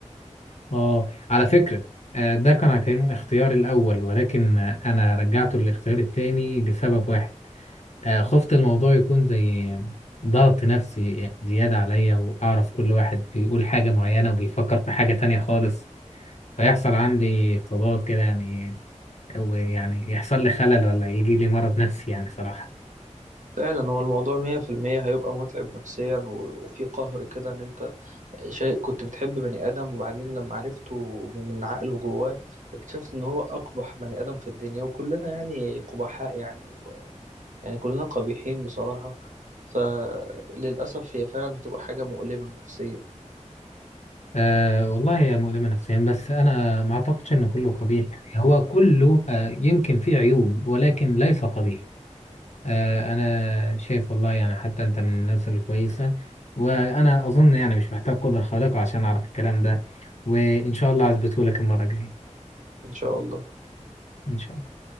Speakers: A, on the left (about 65°); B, on the right (about 80°).
A: آه على فكرة آه ده كان هيكون اختياري الأول ولكن آه، أنا رجعته للاختيار التاني لسبب واحد آه، خفت الموضوع يكون زي ضغط نفسي زيادة عليا وأعرف كل واحد بيقول حاجة معينة وبيفكر في حاجة تانية خالص فيحصل عندي تضاد كده يعني ويعني يحصل لي خلل ولا يجي لي مرض نفسي يعني صراحة
B: فعلا هو الموضوع مية في المية هيبقى متعب نفسيا و- وفي قهر كده ان انت شيء كنت بتحب بني ادم وبعدين لما عرفته من عقله جواه اكتشفت ان هو اقبح بني ادم في الدنيا وكلنا يعني قبحاء يعني و... يعني كلنا قبيحين بصراحة فللأسف هي فعلا هتبقى حاجة مؤلمة نفسيا
A: أه والله هي مؤلمة نفسيا بس أنا ما أعتقدش إن كله قبيح يعني هو كله أه يمكن فيه عيوب ولكن ليس قبيح آه، انا شايف والله يعني حتى انت من الناس الكويسه وانا اظن يعني مش محتاج قدره خارقه عشان اعرف الكلام ده وان شاء الله اثبته لك المره الجايه
B: ان شاء الله
A: ان شاء الله